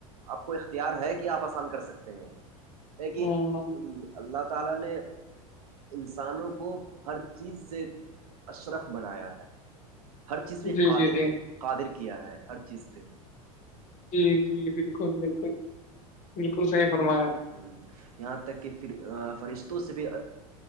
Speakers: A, on the right; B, on the left.
A: آپ کو اختیار ہے کہ آپ آسان کر سکتے ہیں ہے کہ
B: ہ
A: اللہ تعالی نے انسانوں کو ہر چیز سے اشرف بنایا ہے ہر چیز پہ
B: جی
A: قادر
B: جی جی
A: قادر کیا ہے ہر چیز پہ
B: جی جی بالکل بالکل بالکل صحیح فرمایاپ
A: ہ یہاں تک کہ پھر فرشتوں سے بھی